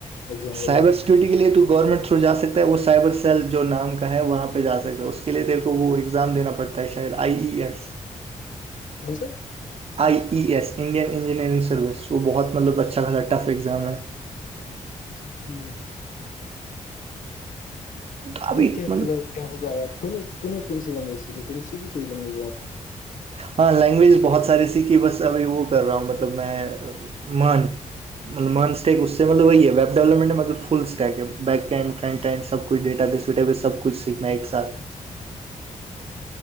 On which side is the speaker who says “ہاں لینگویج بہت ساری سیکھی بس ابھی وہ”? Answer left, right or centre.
Right